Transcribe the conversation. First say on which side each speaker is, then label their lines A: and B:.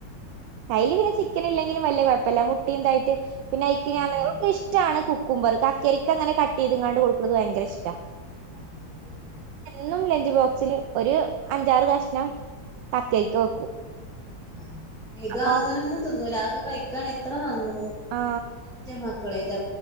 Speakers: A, on the right; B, in the centre.
A: കയ്യില് പിന്നെ ചിക്കൻ ഇല്ലെങ്കിലും വല്ല കുഴപ്പമില്ല മുട്ടി ഇതായിട്ട് പിന്നെ അക്ക്
B: ആഹ്
A: ഞ ഇഷ്ടമാണ് കുക്ക്പർ കക്കരിക്ക അങ്ങനെ കട്ട ചെയ്ത് ഇങ്ങാണ്ട് കൊടുക്കുന്നത് ഭയങ്ക ഇഷ്ട
B: ആഹ്് <unintelligible>
A: ഇും ലഞ്ച് ബോക്സില് ഒരു അഞ്ചാറ് കഷണം കക്കെരിക്ക വെക്കും
B: ആ ഇത്
A: അപ്പൊ
B: അങ്ങനൊന്നും തിന്നുല അതൊക്കെ കഴിക്കാണകിൽ എത്ര നന്നു
A: ആഹ്
B: <unintelligible> ളറ്റ